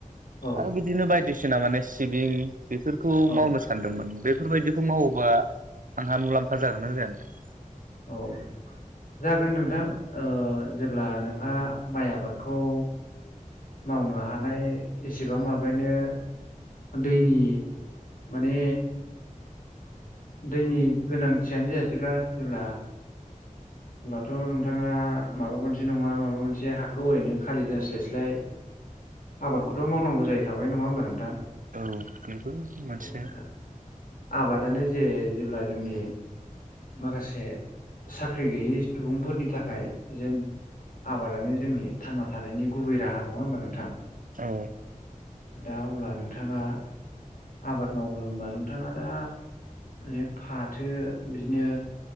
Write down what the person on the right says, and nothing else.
आरो बिदिनो बायदिसिना माने सिबिं बेफोरखौ
मावनो सानदोंमोन बेफोरबायदिखौ मावोबा आंहा मुलाम्फा जागोन ना जायानो?
औ बेबो मोनसे
औ